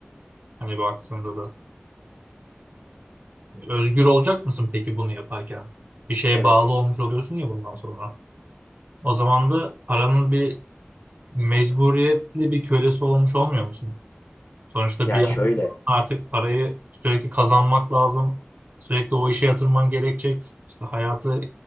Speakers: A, on the right; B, on the left.
A: Hani baktığında da. Özgür olacak mısın peki bunu yaparken? Bir şeye
B: Evet.
A: bağlı olmuş oluyorsun ya bundan sonra. O zaman da paranın bir mecburiyetli bir kölesi olmuş olmuyor musun? Sonuçta
B: Ya
A: bir yanda
B: şöyle.
A: artık parayı sürekli kazanmak lazım. Sürekli o işe yatırman gerekecek. İşte hayatı,